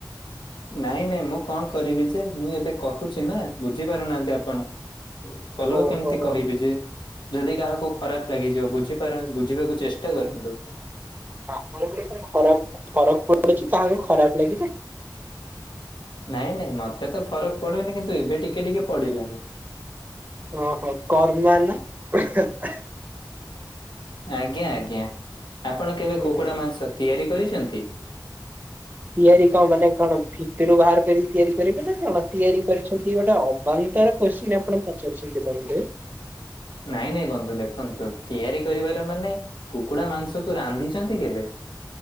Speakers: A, on the left; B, on the right.
A: ନାଇଁ ନାଇଁ ମୁଁ କଣ କରିବି ଯେ ମୁଁ ଏବେ କହୁଚି ନା ବୁଝିପାରୁନାହାନ୍ତି ଆପଣ। ପଲଉ
B: ଓହୋ।
A: କେମିତି କହିବି ଯେ। ଯଦି କାହାକୁ ଖରାପ ଲାଗିଯିବ ବୁଝିପାର ବୁଝିବାକୁ ଚେଷ୍ଟା କରନ୍ତୁ।
B: ଆପଣଙ୍କୁ ଫୁଣି ଖରାପ ଫରକ ପଡୁଚି କାହାକୁ ଖରାପ ଲାଗିଲେ।
A: ନାଇଁ ନାଇଁ ମତେ ତ ଫରକ୍ ପଡୁନି କିନ୍ତୁ ଏବେ ଟିକେ ଟିକେ ପଡିଲାଣି।
B: ଓହୋ କରୁନା ନା। <unintelligible>
A: ଆଜ୍ଞା ଆଜ୍ଞା ଆପଣ କେବେ
B: ହୁଁ
A: କୁକୁଡା ମାଂସ ତିଆରି କରିଚନ୍ତି?
B: ତିଆରି କଣ, ମାନେ କଣ, ଭିତରୁ ବାହାର କରିକି ତିଆରି କରିବେ ନା କଣ ତିଆରି କରିଛନ୍ତି ଗୋଟେ ଅ ବାନ୍ତର କୋଶ୍ଚିନ୍ ଆପଣ ପଚାରୁଚନ୍ତି ବନ୍ଧୁ।
A: ନାଇଁ ନାଇଁ ବନ୍ଧୁ ଦେଖନ୍ତୁ ତିଆରି କରିବାର ମାନେ କୁକୁଡା ମାଂସକୁ ରାନ୍ଧିଛନ୍ତି କେବେ?